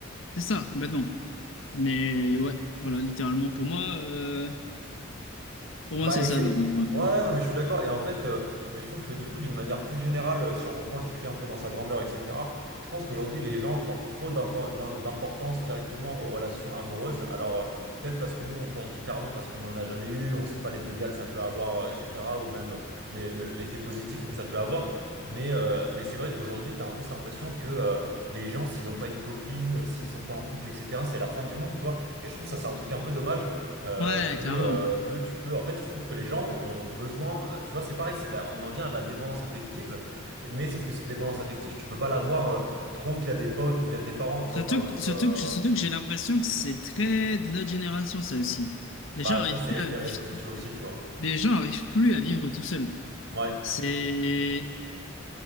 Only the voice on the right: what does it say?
Bah,
et
c'est...
Ouais, ouais, non, mais je suis d'accord. Et en fait, euh, mais je trouve que du coup, d'une manière plus générale, euh, si on reprend le sujet un peu dans sa grandeur, etc., je pense qu'aujourd'hui, les gens portent trop d'inten- d'im- d'importance directement aux relations amoureuses. Alors, euh, peut-être parce que nous, on pense différemment, parce qu'on n'en a jamais eu, on ne sait pas les dégâts que ça peut avoir, euh, etc., ou même euh, les- le- l'effet positif que ça peut avoir. Mais, euh, mais c'est vrai qu'aujourd'hui, tu as un peu cette impression que euh, les gens, s'ils n'ont pas une copine, euh, s'ils sont pas en couple, etc., c'est la fin du monde, tu vois. Et je trouve ça, c'est un truc un peu dommage euh,
que,
euh, que tu peux. En fait, je trouve que les gens ont besoin. euh, Tu vois, c'est pareil, c'est de la- on en vient à de la dépendance affective, mais sauf que cette dépendance affective, tu peux pas l'avoir euh, trop via des potes ou via tes parents. Tu
vois, par exemple,
euh,
bah,
je pense que c'est
l'effet
réseaux sociaux aussi, tu vois.
Ouais.